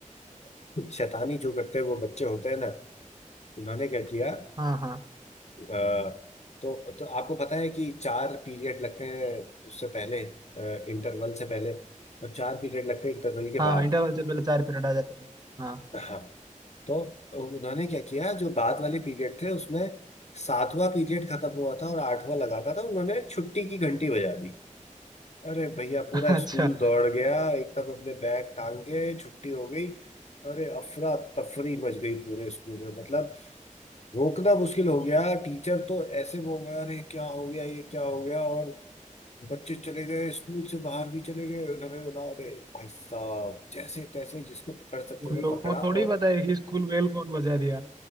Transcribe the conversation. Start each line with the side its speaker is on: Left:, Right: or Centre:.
Left: शैतानी जो करते हैं वो बच्चे होते हैं ना उन्होंने क्या किया
Right: हाँ हाँ
Left: आ, तो तो आपको पता है कि चार पीरियड लगते हैं उससे पहले इंटरवल से पहले और चार पीरियड लगते हैं इंटरवल के
Right: हाँ
Left: बाद
Right: इंटरवल से पहले चार पीरियड आ जाते हैं हाँ
Left: हाँ तो उन्होंने क्या किया जो बाद वाले पीरियड थे उसमें सातवां पीरियड खत्म हुआ था और आठवां लगा था तो उन्होंने छुट्टी की घंटी बजा दी अरे भैया पूरा
Right: <laughs> अच्छा
Left: स्कूल दौड़ गया एकदम हमने बैग टांग के छुट्टी हो गई अरे अफरा तफरी मच गई पूरे स्कूल में मतलब रोकना मुश्किल हो गया टीचर तो ऐसे वो हो गया अरे क्या हो गया ये क्या हो गया और बच्चे चले गए स्कूल से बाहर भी चले गए उन्होंने बोला अरे भाई साहब जैसे तैसे जिसको पकड़ सकते
Right: उन
Left: थे
Right: लोगों
Left: पकड़ा
Right: को
Left: और
Right: थोड़ी पता है कि स्कूल बेल कौन बजा दिया